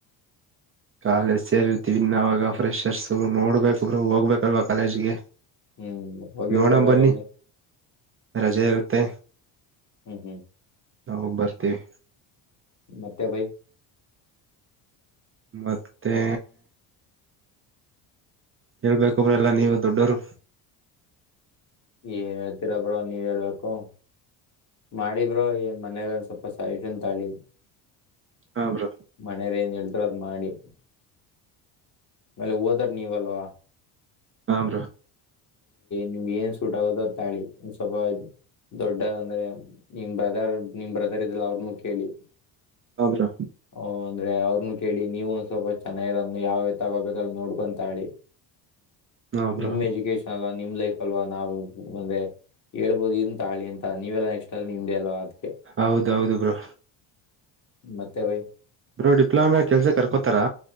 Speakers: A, on the right; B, on the left.
A: ಕಾಲೇಜ್ ಸೇರಿರ್ತೀವಿ ಇನ್ನುವಾಗ ಫ್ರೆಷರ್ಸ್ ನೋಡಬೇಕು ಹೋಗಬೇಕಲ್ಲ ಕಾಲೇಜ್ಗೆ.
B: ಹ್ಮ್ ಹೋಗಿ
A: ನೋಡಣ
B: ಬ್ರೋ ಒಳ್ಳೇದಾಗ್ಲಿ.
A: ಬನ್ನಿ ರಜೆ ಇರುತ್ತೆ
B: ಹ್ಮ್ ಹ್ಮ್
A: ನಾ ಬರ್ತೀವಿ.
B: ಮತ್ತೆ ಭೈ
A: ಮತ್ತೆ ಹೇಳ್ಬೇಕು ಬ್ರೋ, ನೀವೇ ದೊಡ್ಡವರು
B: ಏನ್ ಹೇಳ್ತೀರಾ ಬ್ರೋ, ನೀವೇ ಹೇಳ್ಬೇಕು ಮಾಡಿ ಬ್ರೋ ಏನ್ ಮನೇಲ್ ಒಂದ ಸ್ವಲ್ಪ ಸಜೆಶನ್ ತಗಳಿ
A: ಹಾ ಬ್ರೋ
B: ಮನೇರೇನೇಳ್ ತಾರೋ ಅದ್ನ ಮಾಡಿ ನಾಳೆ ಓದೋರು ನೀವಲ್ವಾ
A: ಹಾ ಬ್ರೋ
B: ನಿಮಗೇನು ಸೂಟ್ ಆಗುತ್ತೋ ಅದು ತಗೊಳ್ಳಿ ದೊಡ್ಡವರಂದ್ರೆ ನಿಮ್ ಬ್ರದರ್ ನಿಮ್ ಬ್ರದರ್ ಇದರಲ್ಲ ಅವ್ರನು ಕೇಳಿ
A: ಹಾ ಬ್ರೋ
B: ಅವ್ ಅಂದ್ರೆ ಅವರ್ನೂ ಕೇಳಿ ನೀವು ಒಂದ್ ಸ್ವಲ್ಪ ಚೆನ್ನಾಗಿರೋದು ಯಾವ್ದಂತ ತಗಳಿ
A: ಹಾ ಬ್ರೋ
B: ನಿಮ್ಮ ಎಜುಕೇಶನ್ ಅಲ್ಲಾ ನಿಮ್ಮ ಲೈಫ್ ಅಲ್ವಾ ನಾವು ಮುಂದೆ ಹೇಳಬಹುದ ಇದನ್ ತಗೋಳಿ ಇದನ್ನ ತಗ <unintelligible>
A: ಹೌದೌದು ಬ್ರೋ
B: ಮತ್ತೆ ಭೈ
A: ಬೋ ಡಿಪ್ಲೊಮ್ಯಾಗ್ ಕೆಲ್ಸಕ್ ಕರ್ಕೋತಾರಾ